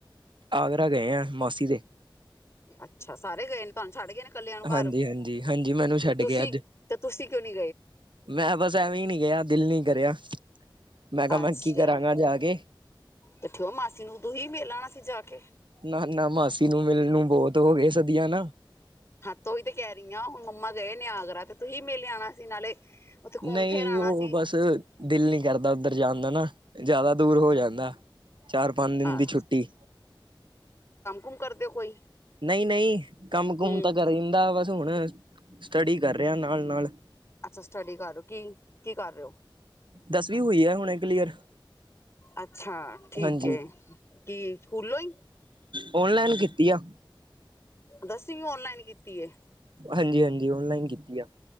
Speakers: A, on the right (about 70°); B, on the left (about 30°).
A: ਆਗਰਾ ਗਏ ਹਾਂ, ਮਾਸੀ ਦੇ
B: ਅੱਛਾ, ਸਾਰੇ ਗਏ ਨੇ, ਤੁਹਾਨੂੰ ਛੱਡ ਗਏ ਨੇ? ਇਕੱਲਿਆ ਘਰ
A: ਹਾਂਜੀ ਹਾਂਜੀ ਹਾਂਜੀ ਮੈਨੂੰ ਛੱਡ
B: ਤੇ ਤੁਸੀਂ,
A: ਗਿਆ ਅੱਜ
B: ਤੇ ਤੁਸੀਂ ਕਿਉਂ ਨੀ?
A: ਮੈਂ ਬਸ, ਐਵੇਂ ਹੀ ਨਹੀਂੀ ਗਿਆ ਦਿੱਲੀ? ਮੈਂ ਕਿਹਾ, ਮੈਂ
B: ਅੱਛਾ
A: ਕੀ ਕਰਾਂਗਾ ਜਾ ਕੇ
B: ਤੇ ਕਿਉਂ ਮਾਸੀ ਨੂੰ, ਤੁਵੀ ਹੀ ਮਿਲਾ ਆਣਾ ਸੀ ਜਾ ਕੇ
A: ਨਾ-ਨਾ ਮਾਸੀ ਨੂੰ ਮਿਲਣ ਨੂੰ, ਬਹੁਤ ਹੋ ਗਏ ਸਦੀਆਂ ਨਾ?
B: ਹੋ ਹੀ ਤਾਂ ਕਹਿ ਰਹੀ ਹਾਂ, ਹੁਣ ਮੰਮਾ ਗਏ ਨੇ ਆਗਰਾ, ਤੇ ਤੁਸੀਂ ਮੇਲੇ ਆਣਾ ਸੀ ਨਾਲੇ? ਉੱਥੇ ਘੁੰਮ
A: ਨਹੀਂ,
B: ਫਿਰ ਆਉਣਾ
A: ਉਹ
B: ਸੀ
A: ਬਸ ਦਿੱਲੀ ਕਰਦਾ ਉੱਧਰ ਜਾਂ ਦਾ ਨਾ, ਏ ਜਿਆਦਾ ਦੂਰ ਹੋ ਜਾਂਦਾ। ਚਾਰ, ਪੰਜ, ਦਿਨ
B: ਹਾਂ
A: ਦੀ ਛੁੱਟੀ।
B: ਹੂੰ ਕਰਦੇ ਕੋਈ,
A: ਨਹੀਂ-ਨਹੀਂ ਕੰਮ ਕੁਮ
B: ਹਮ
A: ਤਾਂ ਕਰ ਰਦਾ ਬਸ ਹੁਣ ਸਟੱਡੀ ਕਰ ਰਿਹਾ ਨਾਲ ਨਾਲ
B: ਅੱਛਾ, ਸਟੱਡੀ ਕਰੋ ਕੀ-ਕੀ ਕਰ ਰਹੇ ਹੋ।
A: ਦਸਵੀਂ ਹੋਈ ਹੈ ਹੁਣੇ ਕਲੀਅਰ,
B: ਅੱਛਾ ਠੀਕ
A: ਹਾਂਜੀ
B: ਹੈ ਕੀ ਸਕੂਲੋਂ ਹੀ
A: ਔਨਲਾਈਨ ਕੀਤੀ ਆ
B: ਦਸਵੀ ਵੀ ਔਨਲਾਈਨ ਕੀਤੀ ਐ।
A: ਹਾਂਜੀ-ਹਾਂਜੀ ਔਨਲਾਈਨ ਕੀਤੀ ਆ।